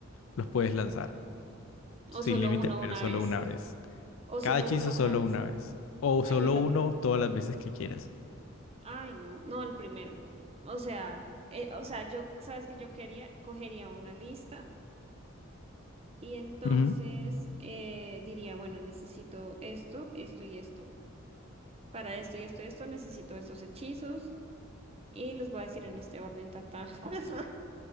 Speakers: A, on the left; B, on the right.
A: los puedes lanzar. Sin
B: O solo
A: límite,
B: uno
A: pero
B: una
A: solo
B: vez.
A: una vez.
B: O
A: Cada
B: solo
A: hechizo
B: uno
A: solo
B: una vez.
A: una vez. O
B: Ah,
A: solo
B: y el
A: uno
B: otro.
A: todas las veces que quieras.
B: Ay, no. No, el primero. O sea, eh, o sea, yo, ¿sabes qué yo quería? Cogería una lista y entonces
A: Ujú.
B: eh, diría, bueno, necesito esto, esto y esto. Para esto y esto y esto necesito estos hechizos y los voy a decir en este orden, tata. <laughs>